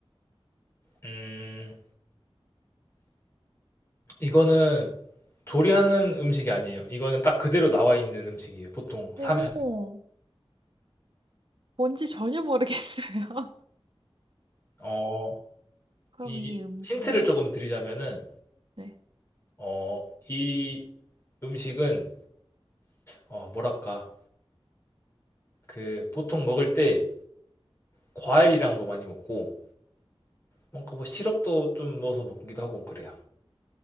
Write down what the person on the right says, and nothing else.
오, 뭔지 전혀 모르겠어요. <laughs>
그럼
이 음식,
네,